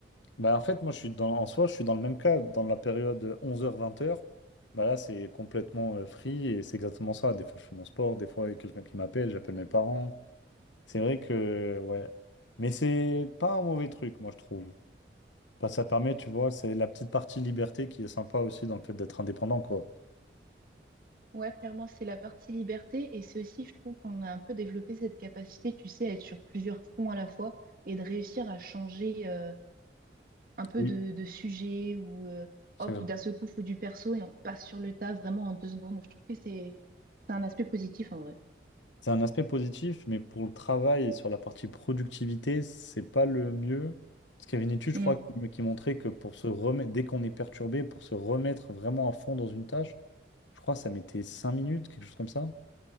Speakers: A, on the left; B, on the right.
A: bah, en fait, moi, je suis dans, en soi, je suis dans le même cas, dans la période 11h-20h. Bah là, c'est complètement euh, free et c'est exactement ça. Des fois, je fais mon sport, des fois, il y a quelqu'un qui m'appelle, j'appelle mes parents. C'est vrai que, ouais. Mais c'est pas un mauvais truc, moi, je trouve. Bah, ça permet, tu vois, c'est la petite partie liberté qui est sympa aussi dans le fait d'être indépendant, quoi.
B: Ouais, clairement, c'est la partie liberté et c'est aussi, je trouve, qu'on a un peu développé cette capacité, tu sais, à être sur plusieurs fronts à la fois et de réussir à changer euh, un peu
A: Oui.
B: de, de sujet ou euh,
A: C'est
B: hop, d'un seul coup, faut du perso et on repasse sur le tas vraiment en deux secondes. Je trouve que c'est c'est un aspect positif en vrai.
A: C'est un aspect positif, mais pour le travail et sur la partie productivité, c'est pas le mieux. Parce qu'il y avait une étude, je
B: Mm.
A: crois, qui, qui montrait que pour se remettre, dès qu'on est perturbé, pour se remettre vraiment à fond dans une tâche, je crois que ça mettait 5 minutes, quelque chose comme ça.